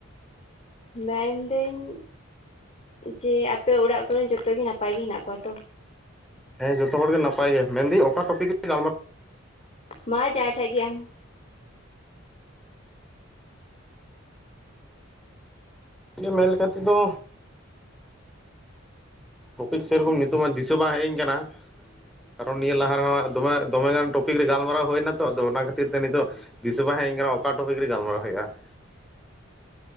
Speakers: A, on the left; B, in the centre.
A: ᱢᱮᱱᱫᱟᱹᱧ ᱡᱮ ᱟᱯᱮ ᱚᱲᱟᱜ ᱠᱚᱨᱮᱱ ᱡᱚᱛᱚ ᱜᱮ ᱱᱟᱯᱟᱭ ᱜᱮ ᱦᱮᱱᱟᱜ ᱠᱚᱣᱟ ᱛᱚ?
B: ᱦᱮᱸ ᱡᱚᱛᱚ ᱦᱚᱲ ᱜᱮ ᱱᱟᱯᱟᱭ ᱜᱮ ᱢᱮᱱᱫᱟᱹᱧ ᱚᱠᱟ ᱴᱨᱚᱯᱤᱠ ᱨᱮ ᱜᱟᱞᱢᱟᱨᱟᱣ
A: ᱢᱟ ᱡᱟᱦᱟᱴᱟᱜ ᱟᱢ?
B: ᱤᱧᱟᱹᱜ ᱢᱮᱱ ᱞᱮᱠᱟᱛᱮᱫᱚ ᱴᱨᱚᱯᱤᱠ ᱥᱮᱨᱚᱠᱚᱢ ᱱᱤᱛᱚᱜ ᱢᱟ ᱫᱤᱥᱟᱹ ᱵᱟᱝ ᱦᱮᱡ ᱟᱹᱧ ᱠᱟᱱᱟ ᱠᱟᱨᱚᱱ ᱱᱤᱭᱟᱹ ᱞᱟᱦᱟ ᱨᱮᱦᱚᱸ ᱫᱚᱢᱮ ᱫᱚᱢᱮᱜᱟᱱ ᱴᱚᱯᱤᱠ ᱨᱮ ᱜᱟᱞᱢᱟᱨᱟᱣ ᱦᱩᱭᱱᱟ ᱛᱚ ᱟᱫᱚ ᱚᱱᱟ ᱠᱷᱟᱹᱛᱤᱨ ᱛᱮ ᱱᱤᱛᱚᱜ ᱫᱤᱥᱟᱹ ᱵᱟᱝ ᱦᱮᱡᱽ ᱤᱧ ᱠᱟᱱᱟ ᱚᱠᱟ ᱴᱚᱯᱤᱠ ᱨᱮ ᱜᱟᱞᱢᱟᱨᱟᱣ ᱦᱩᱭᱩᱜᱼᱟ ᱾